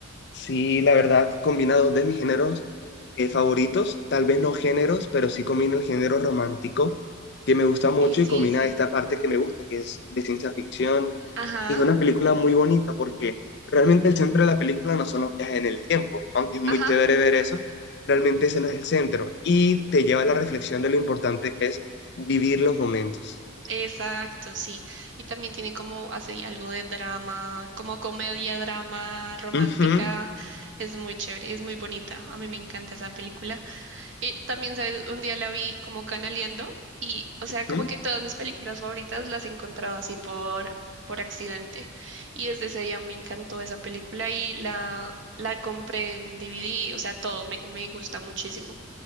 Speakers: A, on the left; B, on the right.
A: Sí, la verdad, combina dos de mis géneros eh, favoritos, tal vez no géneros, pero sí combina el género romántico, que me gusta mucho
B: Sí, sí,
A: y combina
B: sí.
A: esta parte que me gusta, que es de ciencia ficción.
B: Ajá,
A: es una película muy bonita porque realmente el centro de la película no son los viajes en el tiempo, aunque es muy
B: ajá.
A: chévere ver eso, realmente ese no es el centro. Y te lleva a la reflexión de lo importante que es vivir los momentos.
B: Exacto, sí. Y también tiene como así algo de drama, como comedia, drama, romántica.
A: Ujú,
B: Es muy chévere, es muy bonita. A mí me encanta esa película. Y también, ¿sabes? Un día la vi como canaleando y, o sea, como
A: ujú.
B: que todas mis películas favoritas las he encontrado así por, por accidente. Y desde ese día me encantó esa película y la, la compré en DVD, o sea, todo, me, me gusta muchísimo.